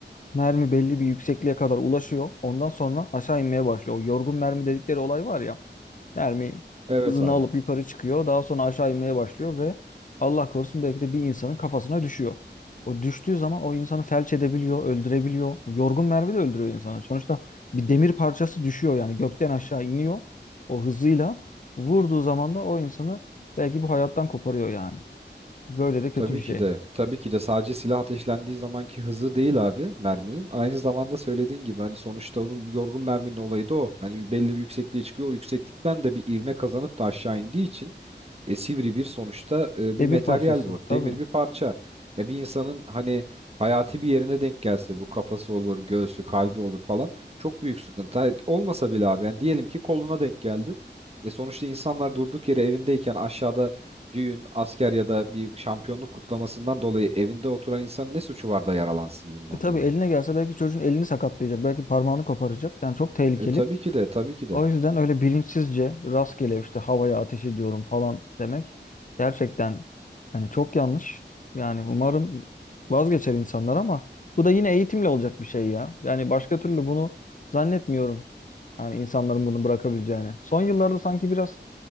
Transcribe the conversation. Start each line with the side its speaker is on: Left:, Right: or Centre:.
Left: Mermi belli bir yüksekliğe kadar ulaşıyor. Ondan sonra aşağı inmeye başlıyor. O yorgun mermi dedikleri olay var ya. Mermi
Right: Evet
Left: hızını
Right: abi.
Left: alıp yukarı çıkıyor. Daha sonra aşağı inmeye başlıyor ve Allah korusun belki de bir insanın kafasına düşüyor. O düştüğü zaman o insanı felç edebiliyor, öldürebiliyor. O Yorgun mermi de öldürüyor insanı. Sonuçta bir demir parçası düşüyor yani gökten aşağı iniyor o hızıyla. Vurduğu zaman da o insanı belki bu hayattan koparıyor yani. Böyle de kötü
Right: Tabii
Left: bir
Right: ki
Left: şey.
Right: de. Tabii ki de sadece silah ateşlendiği zamanki hızı değil abi merminin. Aynı zamanda söylediğin gibi hani sonuçta onun yorgun merminin olayı da o. Hani belli bir yüksekliğe çıkıyor. O yükseklikten de bir ivme kazanıp da aşağı indiği için E, sivri bir sonuçta e,
Left: Demir
Right: bir materyal
Left: parçası
Right: bu.
Left: tabii.
Right: Demir bir parça. Ya bir insanın hani hayati bir yerine denk gelse bu kafası olur, göğsü, kalbi olur falan çok büyük sıkıntı. Hayır, olmasa bile abi yani diyelim ki koluna denk geldi. E sonuçta insanlar durduk yere evindeyken aşağıda düğün, asker ya da bir şampiyonluk kutlamasından dolayı evinde oturan insanın ne suçu var da yaralansın bundan
Left: E, tabii
Right: dolayı?
Left: eline gelse belki çocuğun elini sakatlayacak. Belki parmağını koparacak. Yani çok tehlikeli.
Right: E tabii ki de tabii ki de.
Left: O yüzden öyle bilinçsizce rastgele işte havaya ateş ediyorum falan demek gerçekten hani çok yanlış. Yani umarım vazgeçer insanlar ama bu da yine eğitimle olacak bir şey ya. Yani başka türlü bunu zannetmiyorum. Yani insanların bunu bırakabileceğini. Son yıllarda sanki biraz